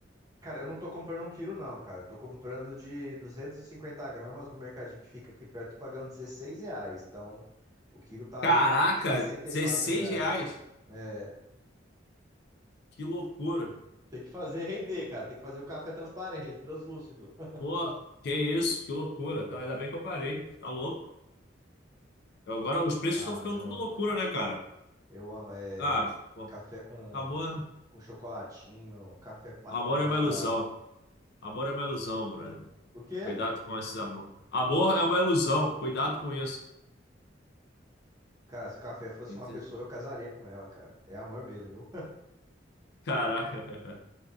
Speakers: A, on the right; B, on the left.
A: Cara, eu não tô comprando um quilo, não, cara. Eu tô comprando de 250 gramas no mercadinho que fica aqui perto, pagando 16 reais. Então, o quilo tá
B: Caraca,
A: aí R$
B: 16
A: 64 reais.
B: reais?
A: É,
B: Que loucura.
A: Tem que fazer render, cara. Tem que fazer o café transparente, translúcido. <laughs>
B: Pô, que isso, que loucura. Tá, ainda bem que eu parei. Tá louco. Eu- Agora os preços
A: Ah,
B: estão ficando
A: mas eu
B: tudo
A: amo,
B: loucura,
A: cara.
B: né, cara?
A: Eu amo. É
B: Ah, pô,
A: café com,
B: amor,
A: com, com chocolatinho, café com uma
B: amor
A: tâmara.
B: é uma ilusão. Amor é uma ilusão, brother.
A: O quê?
B: Cuidado com esses amor. Amor é uma ilusão. Cuidado com isso.
A: Cara, se o café fosse
B: Entendi.
A: uma pessoa, eu casaria com ela, cara. É amor mesmo, viu?
B: <laughs> Caraca.